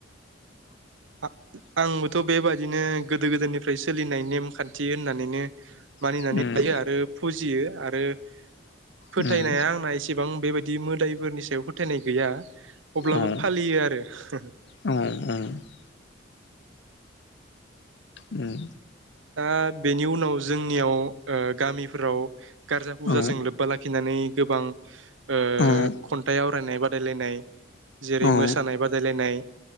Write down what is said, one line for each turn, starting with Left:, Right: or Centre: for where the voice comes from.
Right: आ आंबोथ' बेबादिनो गोदो -गोदायनिफ्रायसो सोलिनाय नेमखान्थि होननानैनो मानिनानै
Left: उम
Right: लायो आरो फुजियो आरो फोथायनाया
Left: उम
Right: आंना एसेबां बेबायदि मोदायफोरनि सायाव <unintelligible> फोथायनाय गैया। अब्लाबो
Left: उम
Right: फालियो आरो।
Left: औ उम उं
Right: दा बेनि उनाव जोंनियाव ओ गामिफोराव गारजा फुजाजों
Left: औ
Right: लोब्बा लाखिनानै गोबां ओ
Left: औ
Right: खन्थाइाव फरायनाय बादायलायनाय जेरै
Left: औ
Right: मोसानाय बादायलायनाय